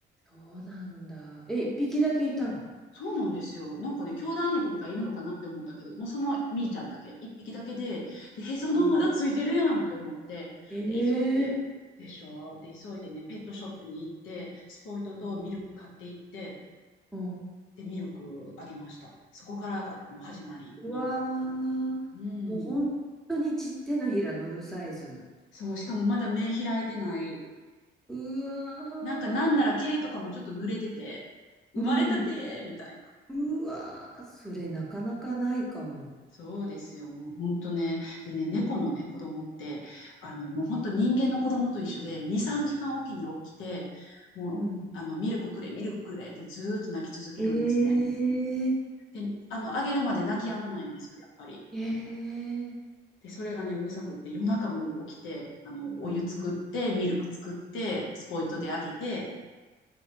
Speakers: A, in the centre; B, on the left.
A: そうなんだ。え、一匹だけいたの
B: そうなんですよ。なんかね、兄弟猫とかいるのかなって思ったけど、もうそのみーちゃんだけ、
A: う
B: 一匹だけで、で、へその緒まだついてるやんって思って、
A: ん。ええ
B: で、急いで、でしょで、急いでね、ペットショップに行って、スポイトとミルク買って行って、
A: ーうん。
B: で、ミルクあげました。そこからがもう始まり、
A: うわー、
B: ミート。うん。
A: もう本当にち手のひら乗るサイズ。
B: そう、しかもまだ目開いてない。
A: うわー、
B: なんかなんなら毛とかもちょっと濡れてて、生まれたてみたいな。
A: うん、うわー、それなかなかないかも。
B: そうですよ。もう本当ね。でね、猫のね、子供って、あの、もう本当人間の子供と一緒で、
A: うん
B: 2、3時間おきに起きて、もう、
A: うん
B: あの、ミルクくれ、ミルクくれってずーっと泣き続けるんですね。
A: えー、
B: で、あの、あげるまで泣き止まないんですよ、やっぱり。
A: えー、
B: で、それがね、うるさくって、夜中も起きて、あの、お湯作って、
A: うん、
B: ミルク作って、スポイトであげて、